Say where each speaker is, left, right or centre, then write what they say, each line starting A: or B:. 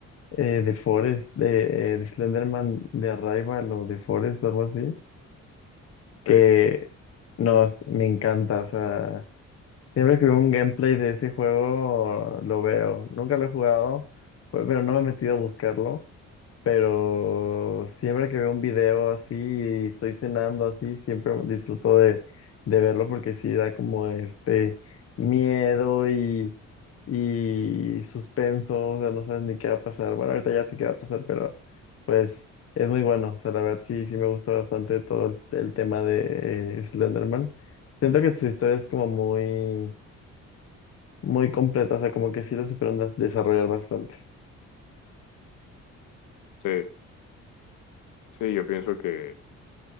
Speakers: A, on the left; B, on the left.
A: eh, de Forest, de, eh, de Slenderman, de Arrival o de Forest o algo así, que,
B: Sí,
A: no, es- me encanta, o sea. Siempre que veo un gameplay de ese juego, lo veo. Nunca lo he jugado, pe- pero no me he metido a buscarlo. Pero siempre que veo un video así y estoy cenando así, siempre disfruto de, de verlo porque sí da como este miedo y, y suspenso, o sea, no sabes ni qué va a pasar. Bueno, ahorita ya sé qué va a pasar, pero pues es muy bueno. O sea, la verdad sí, sí me gusta bastante todo el, el tema de eh, Slenderman. Siento que su historia es como muy muy completa, o sea, como que sí lo supieron de- desarrollar bastante.
B: sí, sí, yo pienso que